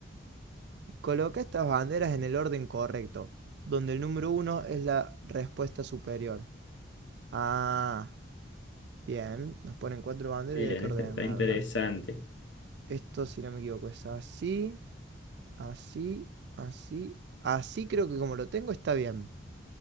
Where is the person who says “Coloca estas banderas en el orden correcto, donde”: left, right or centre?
Right